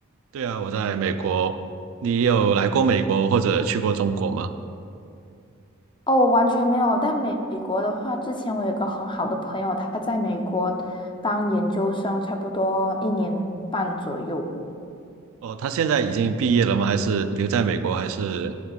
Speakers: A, on the right; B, on the left.
A: 对啊，我在美国。你有来过美国或者去过中国吗？
B: 哦，我完全没有。但美国的话，之前我有一个很好的朋友，他在美国当研究生，差不多一年半左右。
A: 哦，他现在已经毕业了吗？还是留在美国，还是